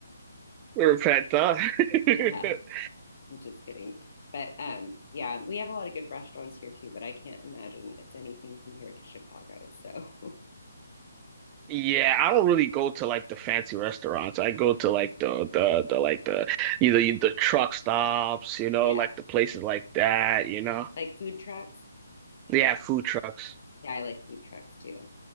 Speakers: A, on the right (about 20°); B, on the left (about 50°).
A: <laughs> We're a pet, huh?
B: Yeah,
A: <laughs>
B: I'm just kidding. But um, yeah, we have a lot of good restaurants here too, but I can't imagine it's anything compared to Chicago. So <laughs>
A: Yeah, I don't really go to like the fancy restaurants. I go to like the the the like the either the truck stops, you know,
B: yeah,
A: like the places like that, you know.
B: like food trucks,
A: They have food trucks.
B: Yeah, I like food trucks too.